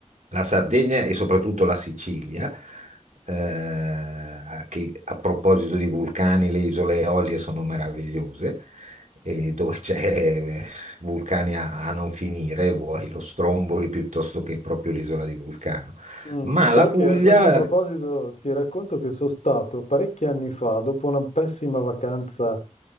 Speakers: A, on the right; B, on the left.
A: la Sardegna e soprattutto la Sicilia. eh, che a proposito di vulcani, le isole Eolie sono meravigliose e dove c'è vulcani a, a non finire, vuoi lo Stromboli piuttosto che proprio l'isola di Vulcano.
B: Mm,
A: Ma
B: Sai
A: la Puglia,
B: che a questo proposito ti racconto che sono stato parecchi anni fa, dopo una pessima vacanza